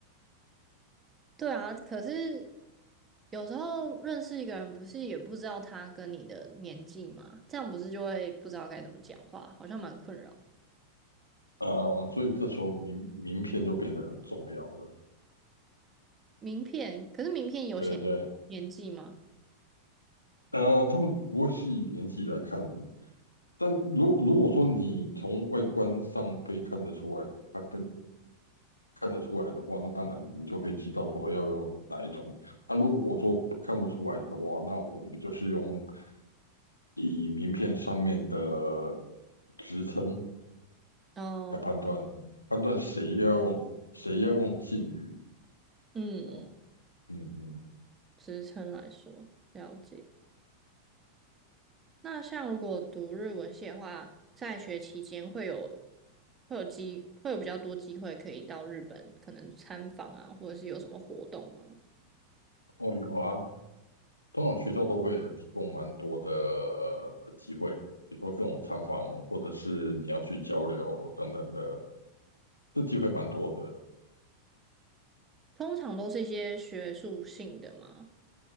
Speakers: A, on the right; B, on the left.
A: 对啊，可是有时候认识一个人，不是也不知道他跟你的年纪嘛，这样不是就会不知道该怎么讲话，好像蛮困扰。
B: 啊、呃所以这时候名名片就变得很重要了。
A: 名片，可是名片有写年纪吗？
B: 对对。呃，他们不会是以年纪来看的，但如如果说你从外观上可以看得出来，他跟看得出来的话，那当然你就可以知道说要用哪一种。那如果说看不出来的话，那我们就是用以名片上面的职称
A: 哦，
B: 来判断，判断谁要用谁要用敬语
A: 嗯嗯，
B: 这样子。嗯嗯，
A: 职称来说，了解。那像如果读日文系的话，在学期间会有会有机会有比较多机会可以到日本，可能参访啊，或者是有什么活动吗？
B: 哦，有啊，通常学校都会提供蛮多的呃机会，比如说各种参访，或者是你要去交流等等的，这机会蛮多的。
A: 通常都是一些学术性的嘛。